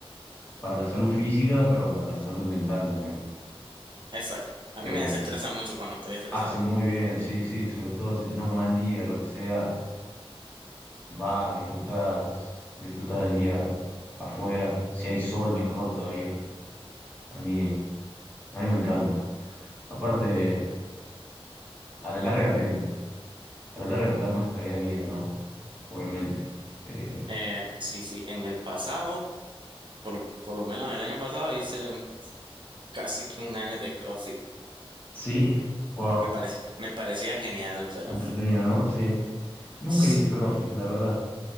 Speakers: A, on the left; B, on the right.
A: para la salud física, pero para la salud mental también.
B: Exacto. A
A: Es,
B: mí me desestresa mucho cuando estoy estresado.
A: hace muy bien, sí, sí, sobre todo si tenés un mal día, lo que sea, vas, disfrutás, disfrutás del día afuera. Si hay sol, mejor todavía. A mí, a mí me encanta. Aparte, a la larga te, a la larga te da más calidad de vida, ¿no? Obviamente. Eh,
B: Eh, sí, sí, en el pasado, por, lo- por lo menos el año pasado, hice casi que un año de CrossFit.
A: sí, wow,
B: Me pare- me parecía genial, pero
A: entretenido, ¿no? Sí. Nunca
B: sí,
A: hice CrossFit, la verdad,